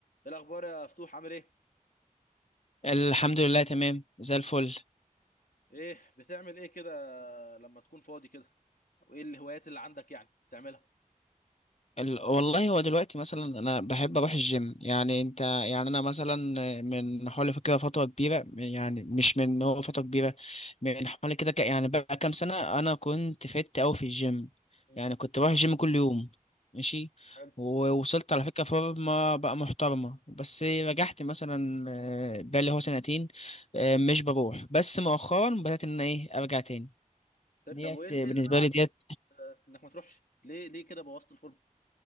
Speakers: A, on the left; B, on the left.
A: إيه الاخبار يا فتوح عامل ايه
B: الحمد لله تمام زي الفل
A: ايه بتعمل ايه كده لما تكون فاضي كده وايه الهوايات اللي عندك يعني تعملها
B: ال... والله هو دلوقتي مثلا انا بحب اروح الجيم يعني انت يعني انا مثلا من حوالي كده فتره كبيره يعني مش من هو فتره كبيره من حوالي كده ك- يعني بقى كام سنه انا كنت فت قوي في الجيم
A: مم.
B: يعني كنت بروح الجيم كل يوم ماشي
A: حلو
B: ووصلت على فكره فورمه بقى محترمه بس رجعت مثلا آه، بقالي هو سنتين آه، مش بروح بس مؤخرا بدات ان أنا ايه ارجع تاني ديت
A: طب وايه ال-
B: بالنسبه
A: إيه اللي منعك
B: لي ديت
A: انك آه، انك ما تروحش ليه ليه كده بوظت الفورم